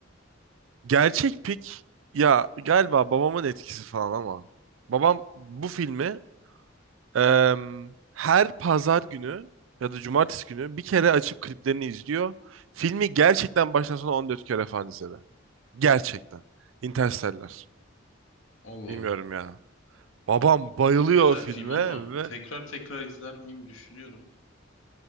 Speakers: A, on the right; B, on the left.
A: Gerçek pik ya galiba babamın etkisi falan ama. Babam bu filmi Em, her pazar günü ya da cumartesi günü bir kere açıp kliplerini izliyor. Filmi gerçekten baştan sona 14 kere falan izledi. Gerçekten. Interstellar.
B: Allah'ım.
A: Bilmiyorum ya. Babam bayılıyor
B: Çok güzel
A: o filme
B: film ama
A: ve
B: tekrar tekrar izler miyim düşünüyorum.